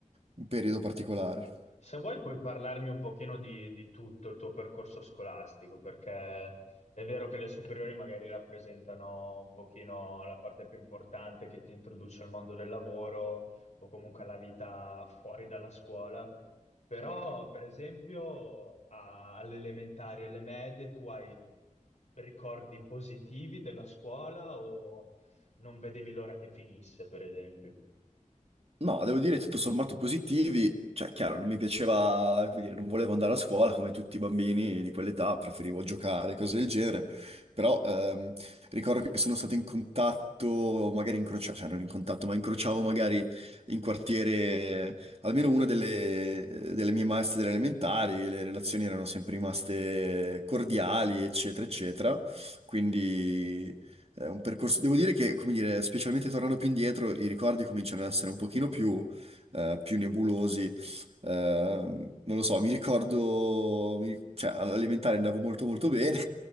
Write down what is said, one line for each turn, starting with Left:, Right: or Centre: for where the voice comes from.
Right: un periodo particolare.
Left: Se vuoi puoi parlarmi un pochino di, di tutto il tuo percorso scolastico, perché è vero che le superiori magari rappresentano un pochino la parte più importante che ti introduce al mondo del lavoro o comunque alla vita fuori dalla scuola, però per esempio a- alle elementari e alle medie tu hai ricordi positivi della scuola o non vedevi l'ora che finisse, per esempio?
Right: No, devo dire tutto sommato positivi, cioè chiaro, non mi piaceva, come dire, non volevo andare a scuola come tutti i bambini di quell'età, preferivo giocare, cose del genere, però ehm, ricordo che sono stato in contatto, magari incrociavo, cioè non in contatto, ma incrociavo magari in quartiere eh, almeno una delle, delle mie maestre delle elementari, le relazioni erano sempre rimaste cordiali, eccetera, eccetera, quindi è un percorso, devo dire che, come dire, specialmente tornando più indietro, i ricordi cominciano ad essere un pochino più, eh, più nebulosi. Eh, non lo so, mi ricordo, mi ric- cioè, all'elementare andavo molto molto bene,